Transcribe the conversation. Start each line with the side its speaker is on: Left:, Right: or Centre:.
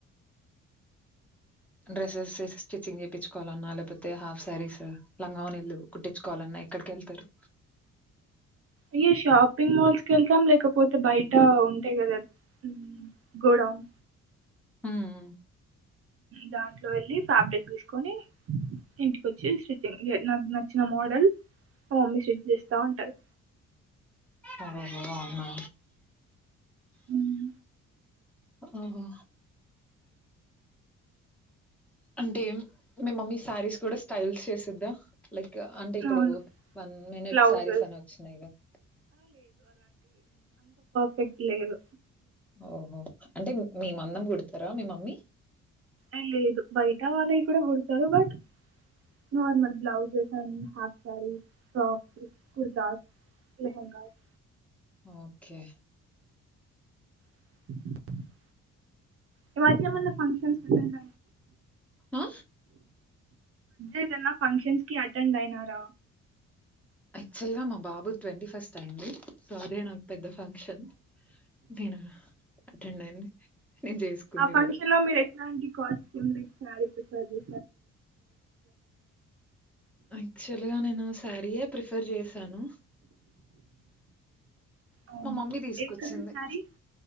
Centre: డ్రెస్సెస్ స్టిచ్చింగ్ చేపిచ్చుకోవాలన్న లేకపోతే హాఫ్ శారీస్ లంగాఓనిలు కుట్టించుకోవాలన్న ఎక్కడికి వెళ్తారు
Right: ఇగ షాపింగ్ మాల్స్ కి వెళ్తాం లేకపోతే బయట ఉంటాయి కదా మ్మ్ గోడౌన్
Centre: మ్మ్
Right: దాంట్లో వెళ్ళి ఫాబ్రిక్ తీసుకొని ఇంటికి ఒచ్చేసి నాకు నచ్చిన మోడల్ మా మమ్మీ స్టిచ్ చేస్తా ఉంటది
Centre: అరే బో అమ్మా
Right: మ్మ్
Centre: ఓహో అంటే మీ మమ్మీ సారీస్ కూడా స్టైల్స్ చేసిద్దా లైక్ అంటే ఇప్పుడు
Right: అవును
Centre: వన్ మినిట్
Right: బ్లౌజెస్
Centre: సారీస్ అని ఒచ్చినయి కదా
Right: పెట్లేదు
Centre: ఓహో అంటే మిమందం కుడుతరా మీ మమ్మీ
Right: ఎ లేదు బయట వాళ్ళయి కూడా కుడుతరు but normal blouses and half saris frocks kurtas lehengas
Centre: okay
Right: మ్మ్ ఈ మధ్య ఏమన్నా ఫంక్షన్స్ అటెండ్
Centre: ఆ
Right: అయ్యావా ఫంక్షన్స్కి అటెండ్ అయినార
Centre: అక్చల్లగా మా బాబు ట్వంటీ ఫస్ట్ అయింది సో అదే నాకు పెద్ద ఫంక్షన్ నేను అటెండ్ అయింది నేను చేసుకుంది
Right: ఆ ఫంక్షన్
Centre: కూడా
Right: లో మీరు ఎట్లాంటి కాల్ ఎట్లుంది ఏ చారి పసది
Centre: యాక్చువల్ గా నేను శారీయే ప్రిఫర్ చేశాను
Right: అవునా
Centre: మా మమ్మీ తీసుకొచ్చింది
Right: ఏ కలర్ శారీ